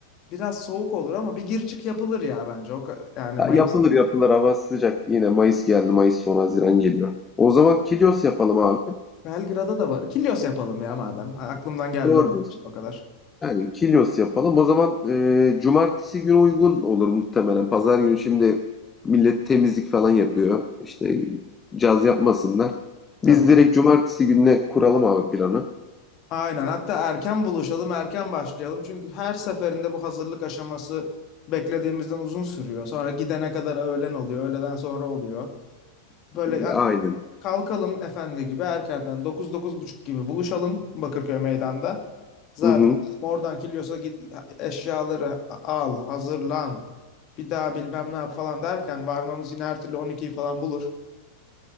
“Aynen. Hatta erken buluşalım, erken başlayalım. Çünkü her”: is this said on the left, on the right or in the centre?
Left